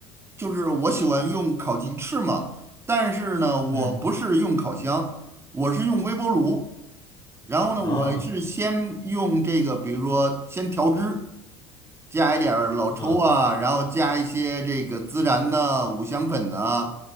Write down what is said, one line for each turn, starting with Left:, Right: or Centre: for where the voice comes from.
Right: 就是我喜欢用烤鸡翅嘛，但是呢，我不是用烤箱，
Left: 嗯
Right: 我是用微波炉。然后呢，
Left: 啊
Right: 我是先用这个，比如说先调汁，加一点儿老抽啊，
Left: 啊，
Right: 然后加一些这个孜然呐、五香粉呐、